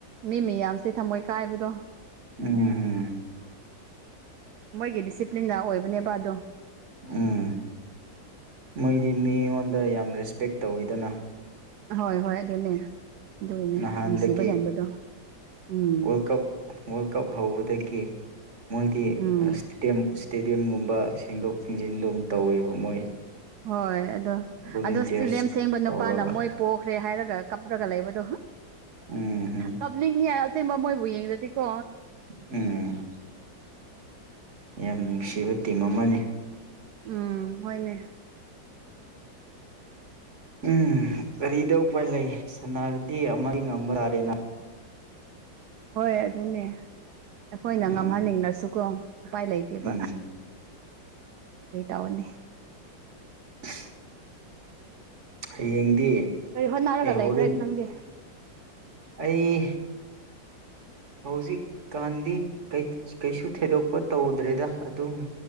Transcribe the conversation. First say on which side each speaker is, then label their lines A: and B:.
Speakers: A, on the right; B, on the right.
A: ꯃꯤ ꯃꯌꯥꯝꯁꯦ ꯊꯝꯃꯣꯏ ꯀꯥꯏꯕꯗꯣ
B: ꯎꯝꯝ
A: ꯃꯣꯏꯒꯤ ꯗꯤꯁꯤꯄ꯭ꯂꯤꯟꯗ ꯑꯣꯏꯕꯅꯦꯕ ꯑꯗꯣ
B: ꯎꯝ ꯃꯣꯏꯗꯤ ꯃꯤꯉꯣꯟꯗ ꯌꯥꯝ ꯔꯦꯁꯄꯦꯛ ꯇꯧꯋꯤꯗꯅ
A: ꯍꯣꯏ ꯍꯣꯏ ꯑꯗꯨꯅꯦ ꯑꯗꯨꯒꯤꯅꯦ
B: ꯅꯍꯥꯟꯗꯒꯤ
A: ꯅꯨꯡꯁꯤꯕ ꯍꯦꯟꯕꯗꯣ ꯎꯝ
B: ꯋꯥꯔꯜ ꯀꯞ ꯋꯥꯔꯜ ꯀꯞ ꯍꯧꯕꯗꯒꯤ ꯃꯣꯏꯗꯤ
A: ꯎꯝ
B: ꯏꯁꯇꯦꯗꯤꯌꯝ ꯏꯁꯇꯦꯗꯤꯌꯝꯒꯨꯝꯕ ꯁꯦꯡꯗꯣꯛ ꯁꯦꯡꯖꯤꯟ ꯑꯗꯨꯝ ꯇꯧꯋꯦꯕ ꯃꯣꯏ
A: ꯍꯣꯏ ꯑꯗꯣ
B: ꯚꯣꯂꯨꯟꯇꯤꯌꯔꯁ
A: ꯑꯗꯣ ꯏꯁꯇꯨꯗꯤꯝ ꯁꯦꯡꯕ ꯅꯨꯄꯥꯅ
B: ꯇꯧꯔꯒ
A: ꯃꯣꯏ ꯄꯣꯛꯈ꯭ꯔꯦ ꯍꯥꯏꯔꯒ ꯀꯞꯂꯒ ꯂꯩꯕꯗꯣ
B: ꯎꯝ ꯍꯝ
A: ꯀꯞꯂꯤꯡ ꯑꯁꯦꯡꯕ ꯃꯣꯏꯕꯨ ꯌꯦꯡꯂꯥꯗꯤꯀꯣ
B: ꯎꯝ ꯌꯥꯝ ꯅꯨꯡꯁꯤꯕ ꯇꯤꯝ ꯑꯃꯅꯤ
A: ꯎꯝ ꯍꯣꯏꯅꯦ
B: ꯎꯝ ꯀꯔꯤꯗꯤ ꯎꯄꯥꯏ ꯂꯩ ꯁꯅꯥꯗꯤ ꯑꯃ ꯉꯝꯕ ꯇꯥꯔꯦꯅ
A: ꯍꯣꯏ ꯑꯗꯨꯅꯦ ꯑꯩꯈꯣꯏꯅ
B: ꯎꯝ
A: ꯉꯝꯍꯟꯅꯤꯡꯂꯁꯨꯀꯣ ꯎꯄꯥꯏ ꯂꯩꯇꯦꯕ
B: ꯎꯝ
A: ꯀꯔꯤ ꯇꯧꯔꯨꯅꯤ
B: ꯗ ꯍꯌꯦꯡꯗꯤ
A: ꯀꯔꯤ ꯍꯣꯠꯅꯔꯒ
B: ꯑꯦ ꯍꯣꯔꯦꯟ
A: ꯂꯩꯕ꯭ꯔꯥ ꯅꯪꯗꯤ
B: ꯑꯩ ꯍꯧꯖꯤꯛꯀꯥꯟꯗꯤ ꯀꯩꯁꯨ ꯊꯩꯗꯣꯛꯄ ꯇꯧꯗ꯭ꯔꯦꯗ ꯑꯗꯨꯝ